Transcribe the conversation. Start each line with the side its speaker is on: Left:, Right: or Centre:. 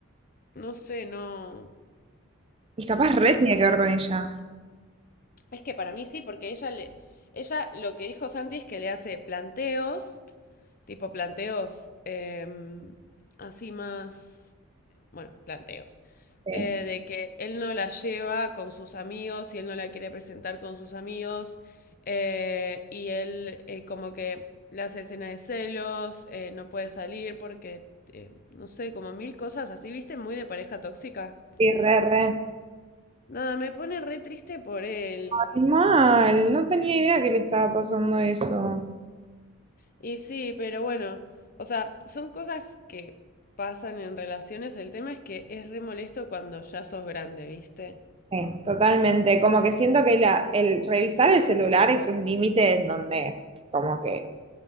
Left: no sé, no.
Right: Y capaz re tiene que ver con ella.
Left: Es que para mí sí, porque ella le. Ella lo que dijo Santi es que le hace planteos, tipo planteos eh, así más. Bueno, planteos.
Right: Sí,
Left: eh, de que él no la lleva con sus amigos y él no la quiere presentar con sus amigos. eh, y él eh, como que le hace escena de celos, eh, no puede salir porque, eh, no sé, como mil cosas así, ¿viste? Muy de pareja tóxica.
Right: sí, re, re.
Left: Nada, me pone re triste por él.
Right: Ay, mal, no tenía idea que le estaba pasando eso.
Left: Y sí, pero bueno, o sea, son cosas que pasan en relaciones. El tema es que es re molesto cuando ya sos grande, ¿viste?
Right: Sí, totalmente. Como que siento que la, el revisar el celular es un límite en donde como que